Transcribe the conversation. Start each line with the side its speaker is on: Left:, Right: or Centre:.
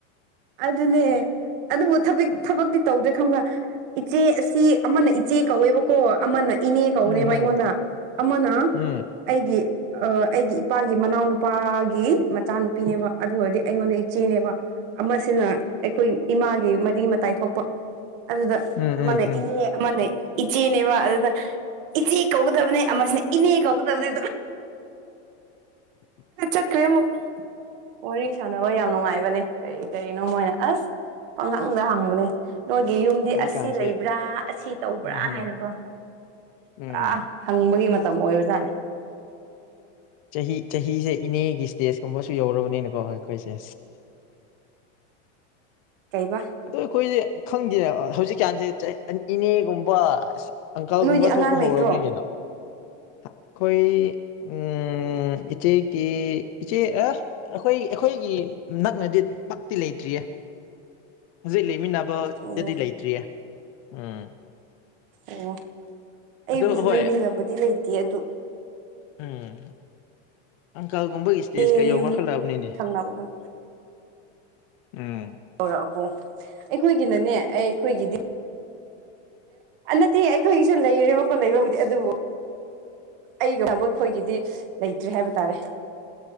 Right: ꯑꯗꯨꯅꯦ ꯑꯗꯨꯕꯨ ꯊ ꯊꯕꯛꯇꯤ ꯇꯧꯗꯦ ꯈꯪꯕ꯭ꯔꯥ ꯏꯆꯦ ꯑꯁꯤ ꯑꯃꯅ ꯏꯆꯦ ꯀꯧꯋꯦꯕꯀꯣ ꯑꯃꯅ ꯏꯅꯦ ꯀꯧꯅꯦꯕ
Left: ꯎꯝ ꯍꯝ
Right: ꯑꯩꯉꯣꯟꯗ ꯑꯃꯅ
Left: ꯎꯝ
Right: ꯑꯩꯒꯤ ꯑ ꯑꯩꯒꯤ ꯏꯄꯥꯒꯤ ꯃꯅꯥꯎꯅꯨꯄꯥꯒꯤ ꯃꯆꯥꯅꯨꯄꯤꯅꯦꯕ ꯑꯗꯨ ꯑꯣꯏꯔꯗꯤ ꯑꯩꯉꯣꯟꯗ ꯏꯆꯦꯅꯦꯕ ꯑꯃꯁꯤꯅ ꯑꯩꯈꯣꯏ ꯏꯃꯥꯒꯤ ꯃꯔꯤ ꯃꯇꯥꯏ ꯊꯣꯛꯄ ꯑꯗꯨꯗ
Left: ꯎꯝ
Right: ꯑꯃꯅ
Left: ꯎꯝ ꯎꯝ
Right: ꯏꯅꯦ ꯑꯃꯅ ꯏꯆꯦꯅꯦꯕ ꯑꯗꯨꯗ ꯏꯆꯦ ꯀꯧꯒꯗꯕꯅꯦ ꯑꯃꯁꯤꯅ ꯏꯅꯦ ꯀꯧꯒꯗꯕꯅꯦ ꯆꯠꯈ꯭ꯔꯦ ꯑꯃꯨꯛ ꯋꯥꯔꯤ ꯁꯥꯟꯅꯕ ꯌꯥꯝ ꯅꯨꯡꯉꯥꯏꯕꯅꯦ ꯀꯔꯤ ꯀꯔꯤꯅꯣ ꯃꯣꯏꯅ ꯑꯁ ꯄꯪꯈꯪꯗ ꯍꯪꯕꯅꯦ ꯅꯣꯏꯒꯤ ꯌꯨꯝꯗꯤ
Left: ꯍꯧꯖꯤꯛꯀꯥꯟꯁꯦ
Right: ꯑꯁꯤ ꯂꯩꯕ꯭ꯔꯥ ꯑꯁꯤ ꯇꯧꯕ꯭ꯔꯥ
Left: ꯎꯝ ꯍꯝ
Right: ꯍꯥꯢꯅꯒꯣ
Left: ꯎꯝ
Right: ꯄꯨꯔꯥ ꯍꯪꯕꯒꯤ ꯃꯇꯝ ꯑꯣꯏꯕꯖꯥꯠꯅꯦ
Left: ꯆꯍꯤ ꯆꯍꯤꯁꯦ ꯏꯅꯦꯒꯤ ꯏꯁꯇꯦꯖ ꯀꯨꯝꯕꯁꯨ ꯌꯧꯔꯕꯅꯤꯅꯀꯣ ꯑꯩꯈꯣꯏꯁꯦ
Right: ꯀꯩꯕ
Left: ꯑꯗꯣ ꯑꯩꯈꯣꯏꯗꯤ ꯈꯪꯗꯦ ꯍꯧꯖꯤꯛꯀꯥꯟꯁꯦ ꯑꯥꯟꯇꯤ ꯅꯦꯒꯨꯝꯕ ꯑꯪꯀꯜꯒꯨꯝꯕ
Right: ꯅꯣꯏꯗꯤ ꯑꯉꯥꯡ
Left: ꯊꯣꯛꯄ
Right: ꯂꯩꯇ꯭ꯔꯣ
Left: ꯍꯧꯔꯕꯅꯤ ꯀꯩꯅꯣ ꯑꯩꯈꯣꯏ ꯎꯝ ꯏꯆꯦ ꯀꯤ ꯏꯆꯦ ꯑꯥ ꯑꯩꯈꯣꯏ ꯑꯩꯈꯣꯏꯒꯤ ꯅꯛꯅꯗꯤ ꯄꯛꯇꯤ ꯂꯩꯇ꯭ꯔꯤꯌꯦ ꯍꯧꯖꯤꯛ ꯂꯩꯃꯤꯟꯅꯕꯗꯗꯤ
Right: ꯑꯣ
Left: ꯂꯩꯇ꯭ꯔꯤꯌꯦ ꯎꯝ
Right: ꯑꯣ ꯑꯩꯕꯨꯁꯨ
Left: ꯑꯗꯨ ꯍꯣꯏ
Right: ꯂꯩꯃꯤꯟꯅꯕꯗꯤ ꯂꯩꯇꯦ ꯑꯗꯨ
Left: ꯎꯝ ꯑꯪꯀꯜꯒꯨꯝꯕꯒꯤ ꯏꯁꯇꯦꯖꯀ
Right: ꯑꯦ
Left: ꯌꯧꯈꯠ
Right: ꯌꯨꯝ
Left: ꯍꯜꯂꯛꯑꯕꯅꯤꯅꯦ
Right: ꯊꯪꯅꯕ ꯈꯛ
Left: ꯎꯝ
Right: ꯌꯧꯔꯛꯑꯕꯣ ꯑꯩꯈꯣꯏꯒꯤꯅꯅꯦ ꯑꯩ ꯑꯩꯈꯣꯏꯒꯤꯗꯤ ꯅꯠꯇꯦ ꯑꯩꯈꯣꯏꯒꯤꯁꯨ ꯂꯩꯔꯦꯕꯀꯣ ꯂꯩꯕꯕꯨꯗꯤ ꯑꯗꯨꯕꯨ ꯑꯩꯒ ꯊꯕ ꯑꯩꯈꯣꯏꯒꯤꯗꯤ ꯂꯩꯇ꯭꯭ꯔꯦ ꯍꯥꯏꯕ ꯇꯥꯔꯦ